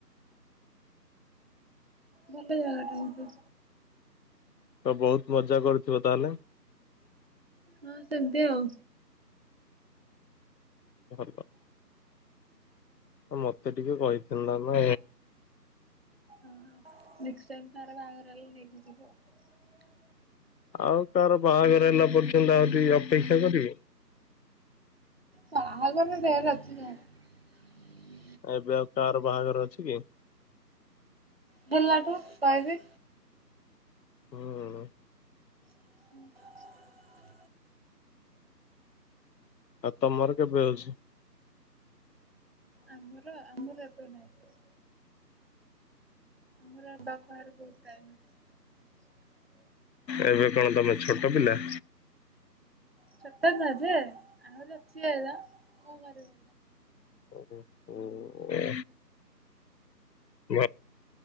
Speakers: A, on the right (about 35°); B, on the left (about 80°).
A: ଭଲ ଜାଗା ଟା କିନ୍ତୁ।
B: ତ ବହୁତ ମଜା କରୁଥିବ ତାହେଲେ?
A: ହଁ ସେମିତି ଆଉ।
B: ଭଲ ମତେ ଟିକେ କହିଥାନ୍ତ ନା।
A: ଓହୋ ନେଷ୍ଟ୍ ଟାଇମ୍ ଯାହାର ବାହାଘର ହେଲେ ନେଇକି ଯିବି ଆଉ।
B: ଆଉ ତାର ବାହାଘର ହେଲା ପରେ ତ <inaudible> ଅପେକ୍ଷା କରିବି।
A: ବାହାଘର <unintelligible>
B: ଏବେ ଆଉ କାହାର ବାହାଘର ଅଛି କି? <inaudible>
A: <unintelligible> କହିବି।
B: ହୁଁ।
A: ହୁଁ।
B: ଆଉ ତମର କେବେ ହଉଛି? <inaudible>
A: ଆମର ଆମର ଏବେ ନାହିଁ। <inaudible> ଆମର ବାପଘରେ ବହୁତ ଟାଇମ୍ ଅଛି। <inaudible>
B: ଏବେ କଣ ତମେ ଛୋଟ ପିଲା?
A: ଛୋଟ ନୁହେଁ ଯେ ଆହୁରି ଅଛି ଏଜ୍ କଣ କରିବୁ?
B: ଓ ହୋ। ଭା